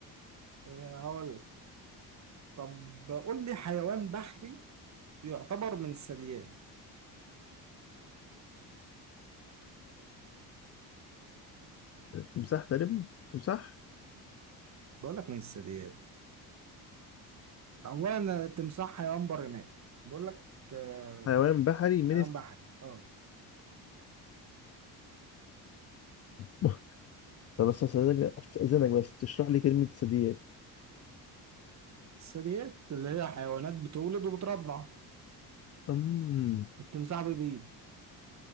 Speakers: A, on the right (about 45°); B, on the left (about 40°).
A: آه، هقول لك طب قول لي حيوان بحري يعتبر من الثدييات
B: تمساح تقريبا تمساح
A: بقول لك من الثدييات اولا التمساح حيوان برمائي بقول لك آه،
B: حيوان بحري من
A: حيوان
B: الس...
A: بحري اه
B: طب طب بس استاذنك استاذنك بس تشرح لي كلمة ثدييات
A: الثدييات اللي هي حيوانات بتولد وبترضع
B: امم
A: التمساح بيبيض